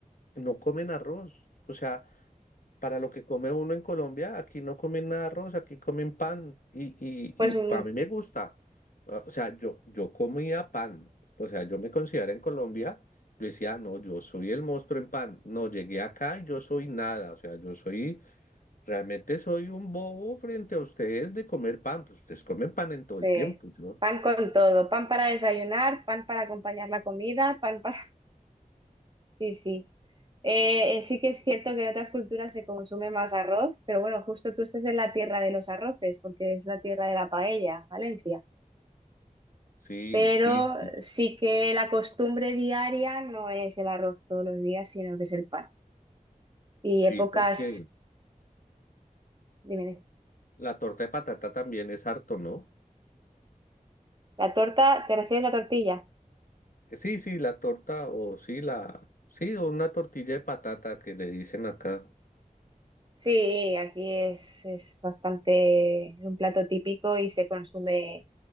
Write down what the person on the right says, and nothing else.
Pues
mm,
sí.
Pan con todo. Pan para desayunar, pan para acompañar la comida, pan para... <laughs> Sí, sí. Eh, eh, sí que es cierto que en otras culturas se consume más arroz, pero bueno, justo tú estás en la tierra de los arroces, porque es la tierra de la paella, Valencia.
Pero
sí que la costumbre diaria no es el arroz todos los días, sino que es el pan. Y
épocas...
Dime, dime.
¿la torta? ¿Te refieres a la tortilla?
Sí, aquí es, es bastante es un plato típico y se consume,